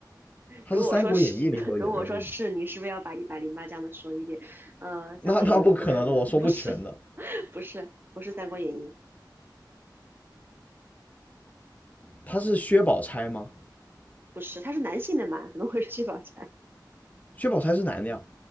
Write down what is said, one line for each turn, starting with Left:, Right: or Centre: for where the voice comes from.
Left: 他是《三国演义》里头的人物吗？
Right: 如果说是，<laughs> 如果说是，你是不是要把一百零八将的说一遍？呃，《三国演义》不，
Left: 那那不可能的，我说不全的。
Right: <laughs> 不是，<laughs> 不是，不是《三国演义》，
Left: 他是薛宝钗吗？
Right: 不是，他是男性的嘛？怎么会是薛宝钗？
Left: 薛宝钗是男的呀？